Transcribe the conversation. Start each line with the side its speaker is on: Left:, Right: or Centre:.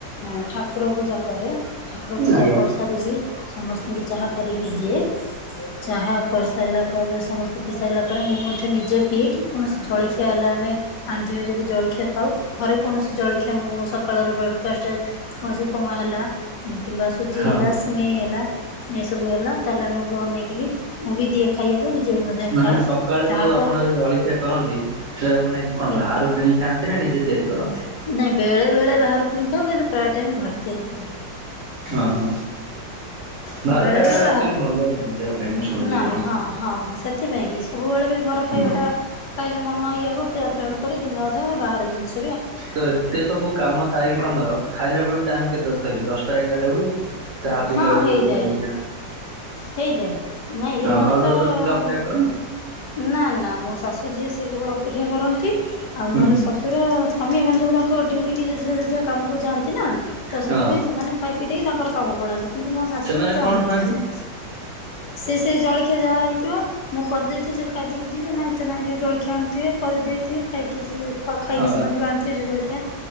Left: ଏଁ, ଠାକୁର ପୂଜା କରେ। ଠାକୁର ପୂଜା
Right: ଆଜ୍ଞା
Left: କରି ସା ସାରିକି ସମସ୍ତିଙ୍କି ଚାହା କରିକି ଦିଏ। ଚାହା କରିସାଇଲା ପରେ ସମସ୍ତେ ପି ସାଇଲା ପରେ, ମୁଁ ମଧ୍ୟ ନିଜେ ପିଏ। କି କୌଣସି ଜଳଖିଆ ହେଲା ଆମେ ଆଣିଥିବେ ଯଦି ଜଳଖିଆ ଖାଉ। ଘରେ କୌଣସି ଜଳଖିଆ ମୁ-ମୁ ସକାଳର ବ୍ରେକଫାଷ୍ଟେ କୌଣସି ଉପମା ହେଲା କିମ୍ବା ସୁଜି
Right: ହଁ
Left: ହେଲା ସିମେଇ ହେଲା ଏ ସବୁ ହେଲା ତାହେଲେ ଆମେ ବି ଅନେଇକି ବି ମୁଁ ବି ଦିଏ ଖାଇବାକୁ ନିଜେ ବି ମଧ୍ୟ
Right: ମାନେ
Left: ଖାଏ
Right: ସକାଳେ
Left: ତାହାପ
Right: ଯୋଉ ଆପଣ ଯୋଉ ଜଳଖିଆ କରନ୍ତି ସେ ମାନେ
Left: ଆଜ୍ଞା
Right: କଣ ବାହାରୁ କିଣି ଖାଆନ୍ତି ନା ନିଜେ ତିଆରି କରନ୍ତି?
Left: ନାଇଁ ବେଳେ ବେଳେ ବାହାରକୁ କିଣିଖାଉ କିନ୍ତୁ ପ୍ରାୟ ଟାଇମ ଘରେ ତିଆରି କରୁ।
Right: ଓହୋ
Left: ହଁ
Right: ବାହାରୁ
Left: ବେଳେ
Right: ଖାଇବା
Left: ବେଳେ
Right: ଟା
Left: ବାହା
Right: ଆକ୍ଚୁଆଲି ଭଲ ନୁହଁ ଦେହ ପାଇଁ ମୁଁ ଶୁଣିଛି
Left: ନା
Right: କଣ।
Left: ହଁ ହଁ ସେଇଥିପାଇଁ କି ସବୁବେଳେ ବି ଘର ଖାଇବାଟା
Right: ହଁ।
Left: ଖାଇଲେ ମନ ଇଏ ହବ ତେ ତେଣୁ କରି ତଥାପି ବାହାର ଜିନିଷ
Right: ତ ଏତେ ସବୁ କାମ ସାରିକି ତମର ଖାଇଲା ବେଳକୁ ଟାଇମ କେତେ ତଥାପି ଦଶଟା ଏଗାରଟା ହୁଏ? ଚାହା ପିଇଲା
Left: ହଁ
Right: ବେଳୁ
Left: ହେଇଯାଏ
Right: ଯୋଉ ଜଳିଖିଆ।
Left: ହେଇଯାଏ ନାଇଁ ଏମାନେ
Right: ଘର
Left: ତ-ଅ-ଅ-ଅ
Right: ଲୋକ ସେମିତି ଅପେକ୍ଷା କରନ୍ତି
Left: ନା ନା ମୋ ଶାଶୁ ଯିଏ ସେ କେବଳ ଅପେକ୍ଷା କରନ୍ତି। ଆଉ
Right: ହୁଁ
Left: ନହେଲେ ଶ୍ୱଶୁର ଆମେ ଏମାନେ ସବୁ ତାଙ୍କ ଡ୍ୟୁଟି କି ଯେଝା ଯେଝା କାମକୁ ଯାଆନ୍ତି ନା। ତ ସେଥିପାଇଁ
Right: ହଁ।
Left: ସେମାନେ ଖାଇ ପିଇ ଦେଇ ତାଙ୍କର କାମକୁ ପଳାନ୍ତି। କିନ୍ତୁ ମୋ ଶାଶୁ
Right: ସେମାନେ
Left: ମତେ
Right: କଣ
Left: ଅନେଇଥାନ୍ତି।
Right: ଖାଆନ୍ତି
Left: ସେ ସେଇ ଜଳଖିଆ ଯାହା ହେଇଥିବ। ମୁଁ କରିଦେଇଥିବି ସେ ଖାଇଦେଇକି ଯିବେ ନାଇଁ ତ ନାଇଁ ଯୋଉ ଜଳଖିଆ ଆଣିଥିବେ କରିଦେଇଥିବେ ଖାଇକି ଯିବେ ଖ ଖାଇକି
Right: ହଁ
Left: ସେମାନେ ଯୋ ଆଣିଥିବେ ଯୋଉ ଜଳିଖିଆ